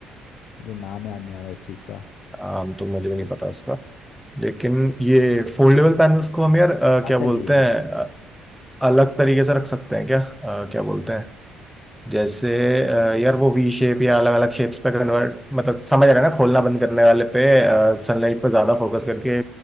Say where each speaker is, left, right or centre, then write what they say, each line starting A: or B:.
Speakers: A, on the left; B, in the centre.
A: मुझे नाम याद नहीं आ रहा है उस चीज़ का
B: आम तो मुझे भी नहीं पता इसका लेकिन ये फोल्डेबल पैनल्स को हम यार अ,
A: हाँ
B: क्या
A: चलिए
B: बोलते
A: हैं
B: हैं अ, अलग तरीके से रख सकते हैं क्या अ, क्या बोलते हैं जैसे अ, यार वो वी शेप या अलग अलग शेप्स पे कन्वर्ट मतलब समझ रहे हैं ना खोलना बंद करने वाले पे सनलाइट पर ज्यादा फोकस करके